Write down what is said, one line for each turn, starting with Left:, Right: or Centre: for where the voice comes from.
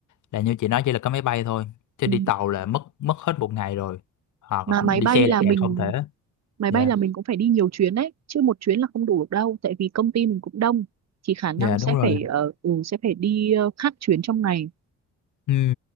Left: là như chị nói chỉ là có máy bay thôi chứ
Right: ừ.
Left: đi tàu là mất mất hết một ngày rồi hoặc
Right: mà
Left: đi
Right: máy bay
Left: xe
Right: là
Left: là càng
Right: mình
Left: không thể
Right: máy
Left: dạ
Right: bay là mình cũng phải đi nhiều chuyến đấy chứ một chuyến là không đủ được đâu tại vì công ty mình cũng đông thì khả năng
Left: dạ
Right: sẽ
Left: đúng rồi
Right: phải ờ, ừ, sẽ phải đi ờ, khác chuyến trong ngày
Left: Ừ.